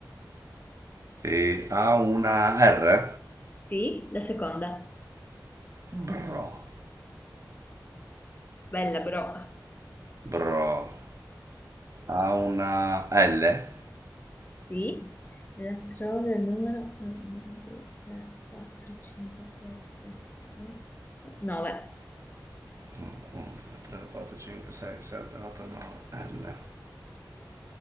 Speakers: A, on the right; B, on the left.
A: E ha una R?
B: Sì, la seconda.
A: Bro.
B: Bella, bro.
A: Bro. Ha una L?
B: Sì. La trovi al numero 1, 2, 3, 4, 5, 6, 7, 8, 9.
A: 1, 2, 3, 4, 5, 6, 7, 8, 9, L.